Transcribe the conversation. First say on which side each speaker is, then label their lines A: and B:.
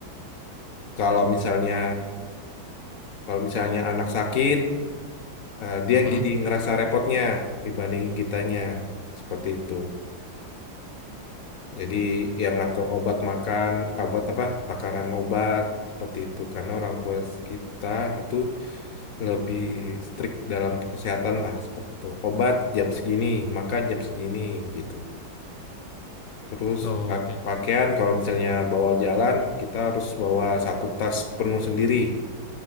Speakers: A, on the left (about 65°); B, on the left (about 85°).
A: Kalau misalnya kalau misalnya anak sakit, eh, dia
B: hmm,
A: yang
B: hmm.
A: jadi ngerasa repotnya dibandingin kitanya. Seperti itu. Jadi yang ngatur obat makan, obat apa, takaran obat seperti itu. Karena orang tua kita itu lebih strict dalam kesehatan lah seperti itu. Obat jam segini, makan jam segini gitu. Terus
B: Oh,
A: pa-
B: oke.
A: pakaian kalau misalnya bawa jalan, kita harus bawa satu tas penuh sendiri